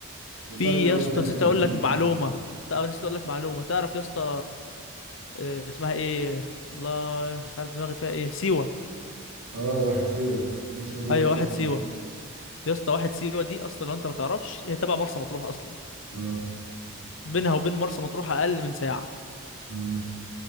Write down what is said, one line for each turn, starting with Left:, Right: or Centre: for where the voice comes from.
Right: وفعلا
Left: في
Right: الجو
Left: يا اسطى
Right: هناك
Left: نسيت
Right: هيكون
Left: اقول
Right: حلو
Left: لك معلومه
Right: في الشتاء
Left: تع- نسيت اقول لك معلومه تعرف يا اسطى آه، اسمها ايه الله مش عارف دماغي فيها ايه سيوه
Right: اه واحد سيوة نفسي أجو-
Left: ايوه
Right: اروحها
Left: واحد سيوه
Right: دي
Left: يا اسطى واحد سيوه دي اصلا لو انت ما تعرفش هي تبع مرسى مطروح اصلا
Right: اه
Left: بينها وبين مرسى مطروح اقل من ساعه
Right: امم